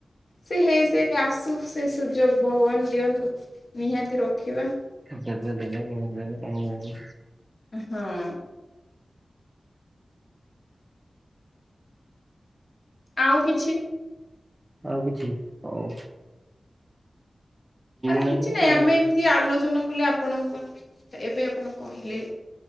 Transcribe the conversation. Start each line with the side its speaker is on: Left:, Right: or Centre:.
Left: ସେ ହେଇ ସେ ଆସୁ ସେ ସୁଯୋଗ ଭଗବାନ ଦିଅନ୍ତୁ ନିହାତି ରଖିବା।
Right: ଦେବେ ଦେବେ <unintelligible> କାହିଁକି
Left: ଉଁହ୍ ହଁ। ଆଉ କିଛି?
Right: ଆଉ କିଛି ହୋଉ।
Left: ଆରେ
Right: ମାସରୁ
Left: କିଛି ନାହିଁ
Right: ଚାରି
Left: ଆମେ ଏମିତି ଆଲୋଚନା କଲେ ଆପଣଙ୍କ <inaudible> ଏବେ ଆପଣ କହିଲେ।